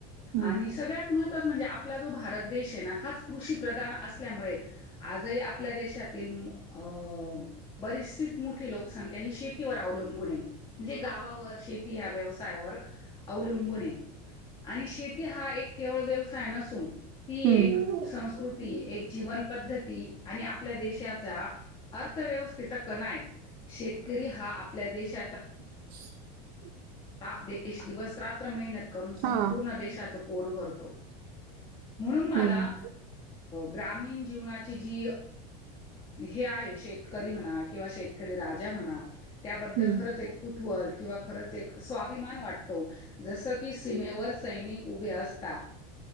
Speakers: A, on the right (about 45°); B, on the left (about 25°).
A: हम्म
B: आणि सगळ्यात महत्त्व म्हणजे आपला जो भारत देश आहे ना हाच कृषी प्रधान असल्यामुळे आज आपल्या देशातील अ बरीचशीच मोठी लोकसंख्या ही शेतीवर अवलंबून आहे. म्हणजे गावावर शेत या व्यवसायावर अवलंबून हे आणि शेती हा एक केवळ वे <unintelligible> ती
A: हम्म
B: एक संस्कृती, एक जीवन पद्धती आणि आपल्या देशाचा अर्थ अर्थव्यवस्थेचा कणा आहे, शेतकरी हा आपल्या देशाचा
A: ह. <unintelligible>
B: हा दिवस रात्र मेहनत करून संपूर्ण
A: हा
B: देशाचं पोट भरतो. म्हणून मला
A: हम्म
B: ग्रामीण जीवनाची जी हे आहे शेतकरी म्हणा किंवा शेतकरी राजा म्हणा त्याबद्दल
A: हम्म
B: खरंच एक कुतहल किंवा खरंच एक स्वाभिमान वाटतो, जस की सीमेवर सैनिक उभे असतात.